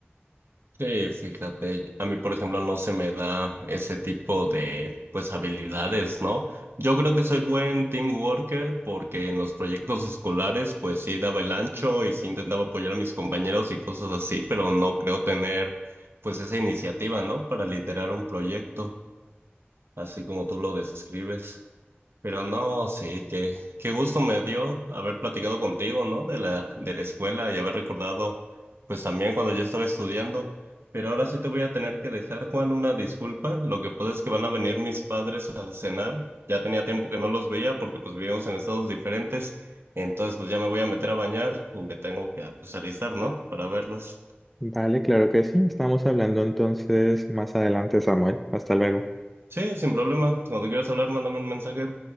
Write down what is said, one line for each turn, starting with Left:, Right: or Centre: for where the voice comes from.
Right: Sí, fíjate, a mí por ejemplo no se me da ese tipo de pues habilidades, ¿no? Yo creo que soy buen team worker porque en los proyectos escolares pues sí daba el ancho y sí intentaba apoyar a mis compañeros y cosas así, pero no creo tener pues esa iniciativa, ¿no? Para liderar un proyecto, así como tú lo describes. Pero no, sí, qué, qué gusto me dio haber platicado contigo, ¿no? De la, de la escuela y haber recordado, pues también cuando yo estaba estudiando. Pero ahora sí te voy a tener que dejar, Juan, una disculpa. Lo que pasa es que van a venir mis padres a cenar. Ya tenía tiempo que no los veía porque pues vivíamos en estados diferentes. Entonces pues ya me voy a meter a bañar y me tengo que pues, alistar, ¿no? Para verlos.
Centre: Vale, claro que sí. Estamos hablando entonces más adelante, Samuel. Hasta luego.
Right: Sí, sin problema. Cuando quieras hablar, mándame un mensaje.